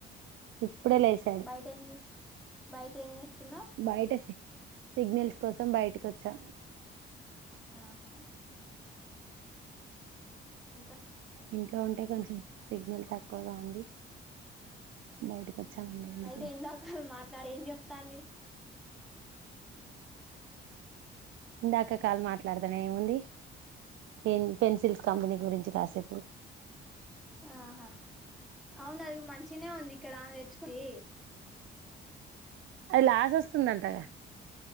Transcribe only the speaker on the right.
ఇప్పుడే
లేసాడు
బయట సి సిగ్నల్స్ కోసం బయటకొచ్చా
ఇంట్లో ఉంటే కొంచెం సిగ్నల్ తక్కువగా ఉంది బయటకు వచ్చామండి
అందుకే
ఇందాక కాలు మాట్లాడతానే ఉంది ఏంది పెన్సిల్స్ కంపెనీ గురించి కాసేపు
అది లాస్ వస్తుందంట గ